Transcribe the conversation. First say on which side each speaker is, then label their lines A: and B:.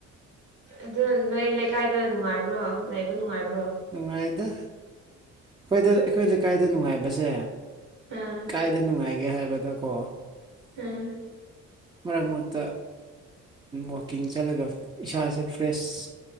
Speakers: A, on the right; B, on the right.
A: ꯑꯗꯨ ꯅꯣꯏ ꯂꯩꯀꯥꯏꯗ ꯅꯨꯡꯉꯥꯏꯕ꯭ꯔꯣ ꯂꯩꯕ ꯅꯨꯡꯉꯥꯏꯕ꯭ꯔꯣ
B: ꯅꯨꯡꯉꯥꯏꯗ ꯑꯩꯈꯣꯏꯗ ꯑꯩꯈꯣꯏ ꯂꯩꯀꯥꯏꯗ ꯅꯨꯡꯉꯥꯏꯕꯁꯦ
A: ꯑꯥ
B: ꯀꯥꯏꯗ ꯅꯨꯡꯉꯥꯏꯒꯦ ꯍꯥꯏꯕꯗꯀꯣ
A: ꯑꯥ
B: ꯃꯔꯛ ꯃꯨꯛꯇ ꯋꯥꯛꯀꯤꯡ ꯆꯠꯂꯒ ꯏꯁꯥꯁꯦ ꯐ꯭ꯔꯦꯁ